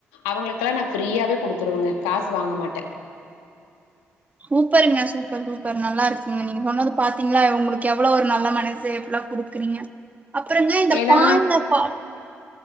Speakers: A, on the left; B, on the right.
A: அவங்களுக்லா ஃப்ரீயாவே குடுத்துருவங்க காசு வாங்க மாட்டே
B: சூப்பருங்க சூப்பர் சூப்பர் நல்லா இருக்குங்க நீங்க சொன்னது பாத்தீங்ளா உங்ளுக்கு எவ்ளோ ஒரு நல்ல மனசு எவ்ளோ குடுக்குறீங்க அப்புறங்க இந்த
A: ஏன்னா
B: பால்ல பா